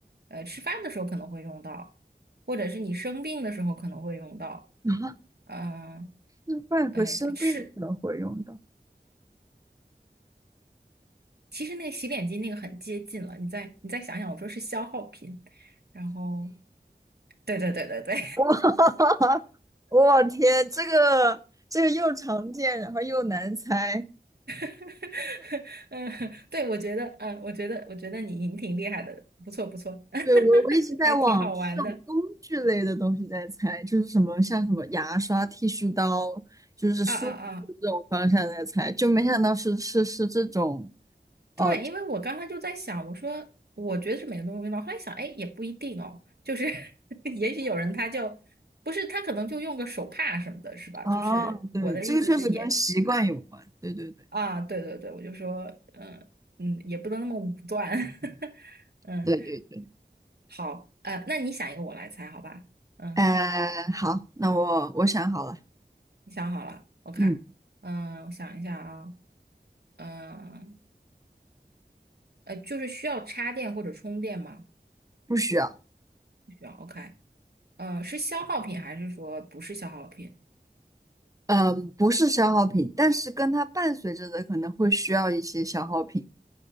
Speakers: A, on the right; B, on the right.
A: 呃，吃饭的时候可能会用到，或者是你生病的时候可能会用到，
B: 近啊？
A: 嗯、
B: 是饭和生病的时候会用到。
A: 呃，吃。其实那个洗脸巾那个很接近了，你再你再想想，我说是消耗品，然后对对对对对，
B: 哇，<laughs> 我天，这个这个又常见，然后又难猜。
A: <laughs> 嗯，对，我觉得，嗯，我觉得，我觉得你你挺厉害的，不错不错，<laughs>
B: 对，我我一直在往就是这种工具类的东西在猜，
A: 对还挺好玩的，
B: 就是什么像什么牙刷、剃须刀，就是梳子这种方向在猜，
A: 啊啊啊，
B: 就没想到是是是这种哦
A: 对，因为我刚才就在想，我说我觉得是每个人都用到，后来想，哎，也不一定哦，就是 <laughs> 也许有人他就不是他可能就用个手帕什么的，是吧？
B: 哦，
A: 就是我的意思是也
B: 对，这个确实跟习惯有关。对对对
A: 啊，对对对，我就说，嗯嗯，也不能那么武断，<laughs> 嗯，
B: 对对对。
A: 好，呃，那你想一个，我来猜，好吧？嗯，
B: 哎、好，那我我想好了，
A: 你想好了，OK，
B: 嗯，
A: 嗯，我想一下啊，嗯呃，就是需要插电或者充电吗？
B: 不需要。
A: 不需要，OK，呃，是消耗品还是说不是消耗品？
B: 嗯，不是消耗品，但是跟它伴随着的可能会需要一些消耗品